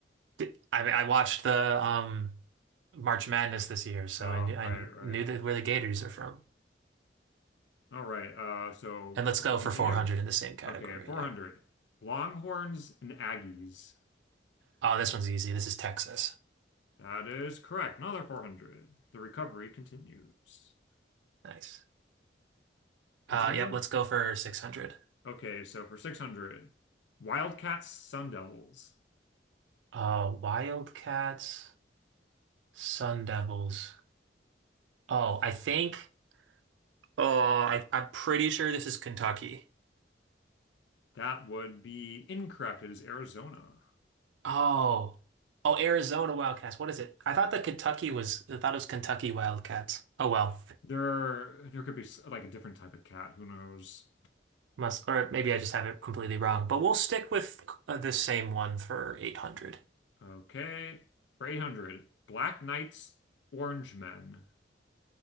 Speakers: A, on the right; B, on the left.
A: Di- I I watched the um March Madness this year, so
B: Uh,
A: I knew I
B: right, right.
A: knew that where the Gators are from.
B: All right. Uh, so
A: And let's
B: we're
A: go
B: going to continue.
A: for 400 in the same category.
B: Okay, 400.
A: Yeah.
B: Longhorns and Aggies.
A: Oh, this one's easy. This is Texas.
B: That is correct. Another 400. The recovery continues.
A: Nice.
B: Continue?
A: Uh, yep, let's go for 600.
B: Okay, so for 600, Wildcats, Sun Devils.
A: Uh, Wildcats, Sun Devils. Oh, I think. Oh, I, I'm pretty sure this is Kentucky.
B: That would be incorrect. It is Arizona.
A: Oh, oh, Arizona Wildcats. What is it? I thought that Kentucky was. I thought it was Kentucky Wildcats. Oh well,
B: There, there could be like a different type of cat. Who knows?
A: must or maybe I just have it completely wrong. But we'll stick with uh, the same one for 800.
B: Okay. For 800, Black Knights, Orange Men.